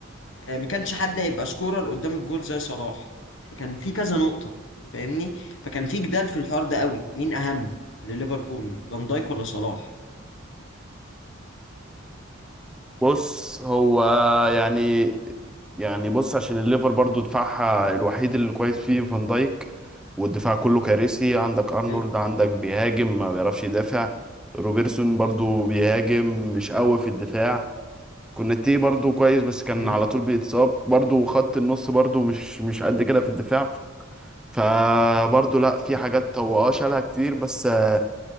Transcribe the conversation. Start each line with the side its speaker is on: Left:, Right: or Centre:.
Left: آه، ما كانش حد هيبقى سكورر قدام الجول زي صلاح فكان في كذا نقطه فاهمني فكان في جدال في الحوار ده قوي مين اهم لليفربول فان دايك ولا صلاح
Centre: بص هو يعني يعني بص عشان الليفر برضو دفاعها الوحيد اللي كويس فيه فان دايك والدفاع كله كارثي عندك ارنولد
Left: مم.
Centre: عندك بيهاجم ما بيعرفش يدافع روبرتسون برضو بيهاجم مش قوي في الدفاع كوناتي برضو كويس بس كان
Left: مم.
Centre: على طول بيتصاب برضو خط النص برضو مش مش قد كده في الدفاع فبرضه لا في حاجات هو اه شالها كتير بس آه،